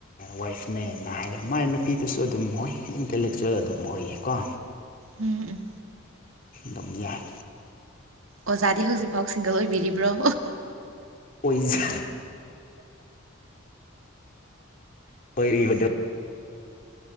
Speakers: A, on the left; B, on the right.
A: ꯋꯥꯏꯐꯅꯦꯅ ꯍꯥꯏꯔꯦ ꯃꯥꯏ ꯅꯨꯄꯤꯗꯨꯁꯨ ꯑꯗꯨꯝ ꯍꯣꯏ ꯏꯟꯇꯂꯦꯛꯆꯨꯋꯦꯜ ꯑꯗꯨꯝ ꯑꯣꯏꯌꯦꯀꯣ
B: ꯎꯝ ꯎꯝ
A: ꯗꯨꯝ ꯌꯥꯏ
B: ꯑꯣꯖꯥꯗꯤ ꯍꯧꯖꯤꯛꯐꯥꯎ ꯁꯤꯡꯒꯜ ꯑꯣꯏꯕꯤꯔꯤꯕ꯭ꯔꯣ
A: ꯑꯣꯏꯖ <inaudible>